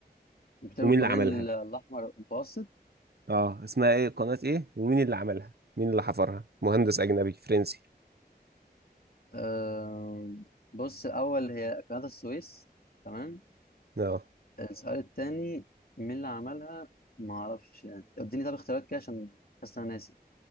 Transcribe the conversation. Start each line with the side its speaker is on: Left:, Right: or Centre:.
Left: بتربط
Right: ومين اللي
Left: ما بين
Right: عملها؟
Left: ال- الأحمر والمتوسط
Right: آه اسمها إيه قناة إيه؟ ومين اللي عملها؟ مين اللي حفرها؟ مهندس أجنبي فرنسي
Left: آه، بص الأول هي قناة السويس تمام
Right: آه
Left: السؤال التاني مين اللي عملها ما أعرفش يعني اديني طب اختيارات كده عشان حاسس إن أنا ناسي